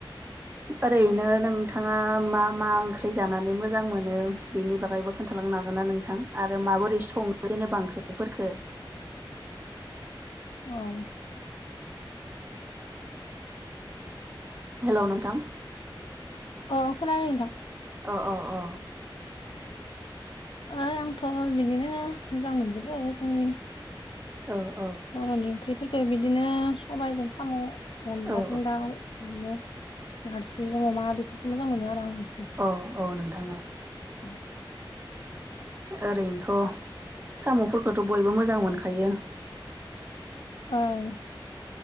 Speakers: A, on the right; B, on the left.
A: ओरैनो नोंथाङा मा मा ओंख्रि जानानै मोजां मोनो बेनि बागैबो खोन्थालांनो हागोना नोंथां आरो माबोरै संङो जेनेबा ओंख्रिफोरखौ
B: औ
A: हेलौ नोंथां
B: अ खोनादों नोंथां
A: अ अ अ
B: ओ आंथ' बिदिनो मोजां मोनजोबो जोंनि
A: औ औ
B: बर'नि ओंख्रिफोरखौ बिदिनो सबायाइजों साम', अनदलाजों
A: औ
B: दाउ बिदिनो नारजि जों अमा बेफोरखौ मोजां मोनो आरो आं बांसिन
A: अ औ नोंथां औ
B: ओं
A: ओरैनोथ' साम'फोरखौथ' बयबो मोजां मोनखायो
B: ओं